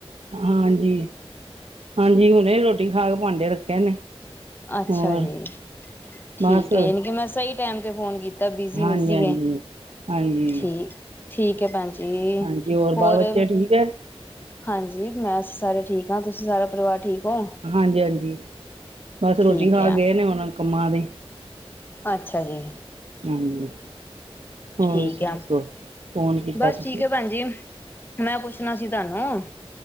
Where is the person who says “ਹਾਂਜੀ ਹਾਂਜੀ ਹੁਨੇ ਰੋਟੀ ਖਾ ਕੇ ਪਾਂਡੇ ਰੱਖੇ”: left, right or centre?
Right